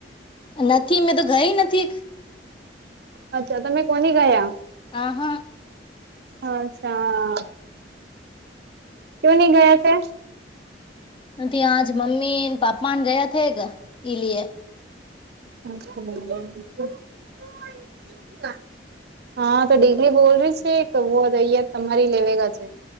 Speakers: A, on the left (about 30°); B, on the right (about 60°).
A: નથી મેં તો ગઈ નથી
B: અચ્છા તમે કોની ગયા
A: આ હા
B: હા અચ્છા કું નની ગયા છે
A: નથી આજ મમ્મી પાપ્પાને ગયા થ ગ ઈ લ
B: હ હા તો ડિગરી બોલ ર છે કે બો અહીયાત તમારી લેવેગા છે